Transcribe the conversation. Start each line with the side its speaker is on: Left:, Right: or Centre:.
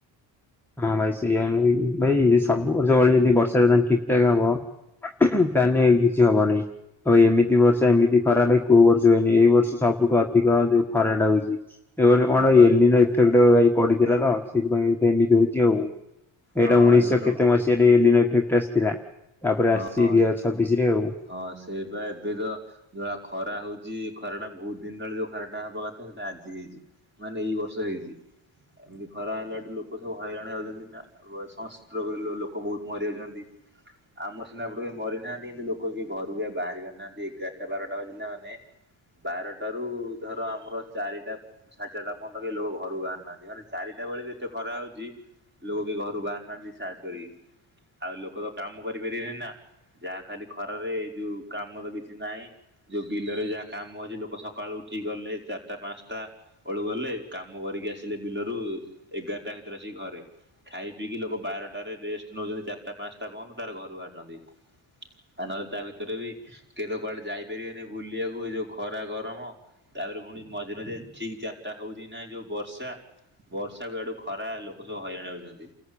Centre: ହଁ ଭାଇ ସେଇ ଭାଇ ସବୁ ବର୍ଷ ଭଳି ଯଦି ବର୍ଷାଲେ ଠିକ୍ ଠା ହବ ତା
Right: ହୁଁ
Centre: ନେଇ କିଛି ହବନି। ଆଉ ଏମିତି ବର୍ଷ ଏମିତି ଖରା କୋଉ ବର୍ଷୁଏନି ଏଇ ବର୍ଷ ସବ ସବୁଠୁ ଅଧିକ ଯୋଉ ଖରାଟା ହୋଉଛି। ଏବେ ଗୋଟେ
Right: ହଁ
Centre: କଣ
Right: ବା
Centre: ଗୋଟେ ଏଲିନୋ ଇଥ ଭାଇ ପଡିଥିଲା ତ ସେଇଥିପାଇଁ ସେମତି ହୋଉଛି ଆଉ। ଏଇଟା
Right: ହଁ
Centre: ଉଣେଇଶହ
Right: ଏ ବର୍ଷ
Centre: କେତେ ମସିହାରେ ଏଲିନୋ ଇଫେକ୍ଟ ତେସ୍ ଥିଲା। ତାପରେ
Right: ହଁ
Centre: ଆସିଛି ଦୁଇ ହଜାର ଛବିଶ ରେ ଆଉ।
Right: ହଁ ସେଇପା ଏବେ ତ ଯ ଖରା ଖରା ହେଉଛି ଖରାଟା ବହୁତ ଦିନ ତଳେ ଯେଉଁ ଖରାଟା ହେବା କଥା ସେଇଟା ଆଜି ହେଇଛି ମାନେ ଏଇ ବର୍ଷ ହେଇଛି ଖରା ହେଲାଠୁ ଲୋକ ସବୁ ହଇରାଣ ଯାଉଛନ୍ତି ନା ସନ୍ଷ୍ଟ୍ରୋକ ଲୋକ ବହୁତ ମରିଯାଉଛନ୍ତି ଆମର ସିନା ଏପଟେ କେହି ମରିନାହାନ୍ତି କିନ୍ତୁ ଲୋ ଲୋକ କେହି ଘରୁବି ବାହାରି ପାରୁ ନାହାନ୍ତି ଏଗାରଟା ବାରଟା ବାଜିଲା ମାନେ ବାରଟାରୁ ଧର ଆମର ଚାରିଟା ସାଢେ ଚାରିଟା ପର୍ଯ୍ୟନ୍ତ ଲୋକ ଘରୁ ବାହାରୁ ନାହାନ୍ତି ମାନେ ଚାରିଟା ବେଳେ ବି ଏତେ ଖରା ହେଉଛି ଲୋକ କେହି ଘରୁ ବାହାରୁ ନାହାନ୍ତି ସାହାସ କରିକି ଆଉ ଲୋକ ତ କାମ କରିପାରିବେନି ନା ଯାହା ଖାଲି ଖରାରେ ଏଇ ଯୋଉ କାମ ତ କିଛି ନାହିଁ ଯୋଉ ବିଲରେ ଯାହା କାମ ଅଛି ଲୋକ ସକାଳୁ ଉଠିକି ଗଲେ ଚାରିଟା ପାଞ୍ଚଟା ବେଳୁ ଗଲେ କାମ କରିକି ଆସିଲେ ବିଲରୁ ଏଗାରଟା ଭିତରେ ଆସିକି ଘରେ ଖାଇ ପିଇକି ଲୋକ ବାରଟାରେ ରେଷ୍ଟ ନଉଛନ୍ତି ଚାରିଟା ପାଞ୍ଚଟା ପର୍ଯ୍ୟନ୍ତ ତାପରେ ଘରୁ ବାହାରୁଛନ୍ତି। ଆଉ ନହେଲେ ତା ଭିତରେ ବି କେହିତ କୁଆଡେ ଯାଇପାରିବେନି ବୁଲିବାକୁ ଏ ଯୋଉ ଖରା ଗରମ ତାପରେ ପୁଣି ମଝିରେଝିରେ ଠିକ ଚାରିଟା ହଉଛି ନାହିଁ ଯୋଉ ବର୍ଷା ବର୍ଷାକୁ ଆଡୁ ଖରା ଲୋକ ସବୁ ହଇରାଣ ହଉଛନ୍ତି